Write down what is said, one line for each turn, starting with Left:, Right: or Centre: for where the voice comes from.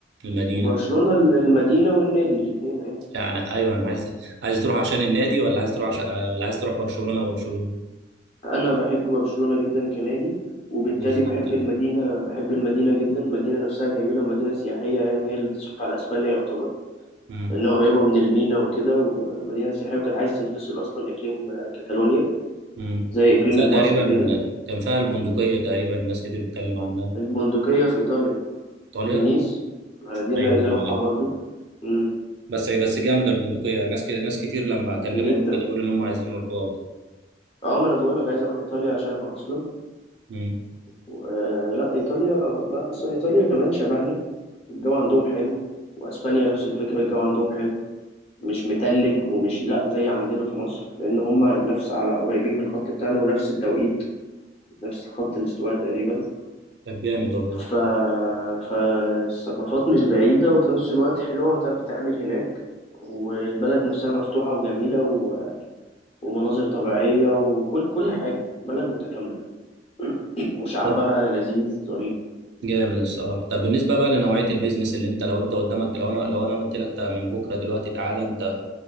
Right: المدينة
Left: برشلونة ال- المدينة والنادي الاتنين عادي
Right: يعني ايوه انا عايز عايز تروح عشان النادي ولا عايز تروح عشان ولا عايز تروح برشلونه برشلونه
Left: انا بحب برشلونة جدا كنادي وبالتالي
Right: بالظبط
Left: بحب
Right: كده
Left: المدينة بحب المدينة جدا المدينة نفسها جميلة ومدينة سياحية يعني هي اللي بتصرف على اسبانيا يعتبر
Right: امم
Left: لانها قريبة من المينا وكده ومدينة سياحية وكانت عايز تنفصل اصلا اقليم آه، كاتالونيا
Right: امم
Left: زي
Right: وكان
Left: اقليم
Right: فيها
Left: الباسك
Right: تقريبا
Left: كده
Right: كان فيها البندقيه تقريبا ناس كتير بتتكلم عنها
Left: البندقية في ايطاليا
Right: ايطاليا
Left: فينيس المدينة
Right: ايوه
Left: عايز
Right: ايوه
Left: اروحها
Right: ايوه
Left: برضو مم.
Right: بس بس جامده البندقيه ناس كده ناس كتير لما اكلمهم
Left: جدا
Right: كده يقولوا ان هم عايزين يروحوها وكده
Left: اه ما انا بقول لك عايز اروح ايطاليا عشانها اصلا
Right: امم
Left: و- آه، لا ايطاليا بقى أصل ايطاليا كمان شبهنا الجو عندهم حلو واسبانيا نفس الفكره الجو عندهم حلو مش متلج ومش لا زي عندنا في مصر لان هم نفس على قريبين من الخط بتاعنا ونفس التوقيت نفس خط الاستواء تقريبا
Right: طب جامد والله
Left: ف... فالثقافات مش بعيده وفي نفس الوقت حلوه هتعرف تعمل هناك والبلد نفسها مفتوحه وجميله و... ومناظر طبيعيه وكل كل حاجه بلد متكامله <clears throat> وشعبها
Right: طب
Left: لذيذ ظريف
Right: جامد الصراحه طب بالنسبه بقى لنوعيه البيزنس اللي انت لو انت قدامك لو انا لو انا قلت لك طب من بكره دلوقتي تعالى انت